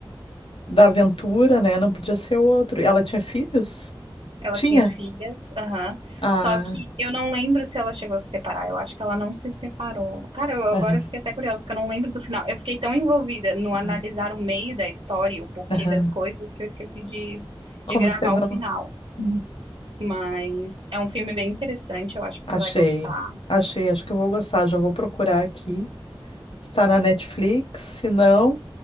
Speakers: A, on the left; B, on the right.
A: da aventura, né? Não podia ser outro. E ela tinha filhos?
B: ela
A: Tinha.
B: tinha filhas, aham.
A: Ah,
B: Só que eu não lembro se ela chegou a se separar. Eu acho que ela não se separou. Cara, eu, agora
A: Aham,
B: eu fiquei até curiosa, porque eu não lembro do final. Eu fiquei tão envolvida no analisar
A: aham.
B: o meio da história, e o porquê
A: aham.
B: das coisas, que eu esqueci de, de
A: Como
B: gravar
A: que terminou?
B: o final.
A: Hum.
B: Mas é um filme bem interessante, eu acho que
A: Achei.
B: tu vai gostar.
A: Achei, acho que eu vou gostar. Já vou procurar aqui. Está na Netflix, se não,